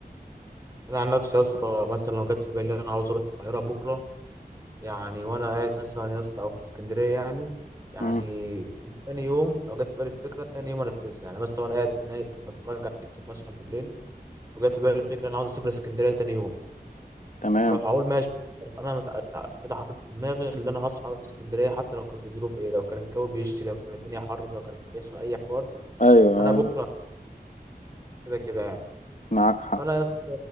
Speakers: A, on the right; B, on the left.
A: انا عن نفسي يا اسطى مثلا لو جت في بالي انا عاوز اروح القاهره بكره يعني وانا قاعد مثلا يا اسطى او في اسكندريه يعني يعني
B: مم.
A: تاني يوم لو جت في بالي الفكره تاني يوم انفذها يعني مثلا وانا قاعد نايم بتفرج على تيك توك مثلا بالليل وجت في بالي الفكره انا عاوز اسافر اسكندريه تاني يوم
B: تمام
A: اروح اقول ماشي انا متع... تع- كده حاطط في دماغي اللي انا هصحى اروح اسكندريه حتى لو كانت الظروف ايه لو كان الجو بيشتي لو كانت الدنيا حر لو كان بيحصل اي حوار
B: أيوه
A: انا
B: أيوه
A: بكره كده كده يعني
B: معاك حق
A: فانا يا اسطى